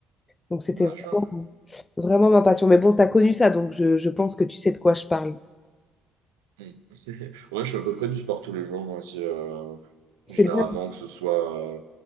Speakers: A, on the left; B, on the right.
A: Donc c'était
B: Ouais, je vois.
A: vraiment, vraiment ma passion. Mais bon, tu as connu ça, donc je, je pense que tu sais de quoi je parle.
B: Mm. <laughs> Ouais, je fais à peu près du sport tous les jours, moi aussi, euh,
A: C'est
B: généralement,
A: bien
B: que ce soit. euh,